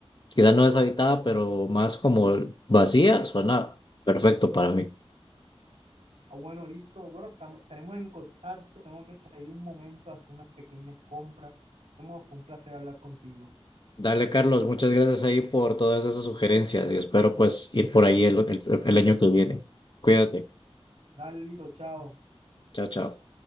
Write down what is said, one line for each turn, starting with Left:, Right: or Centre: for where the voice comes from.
Left: Quizás no deshabitada, pero más como vacía, suena perfecto para mí.
Right: Ah, bueno, listo. Bueno, estamos, estaremos en contacto. Tengo que salir un momento a hacer unas pequeñas compras. Tomo, fue un placer hablar contigo.
Left: Dale, Carlos, muchas gracias ahí por todas esas sugerencias y espero pues ir por ahí el, el el año que viene. Cuídate.
Right: Dale, listo, chao.
Left: Chao, chao.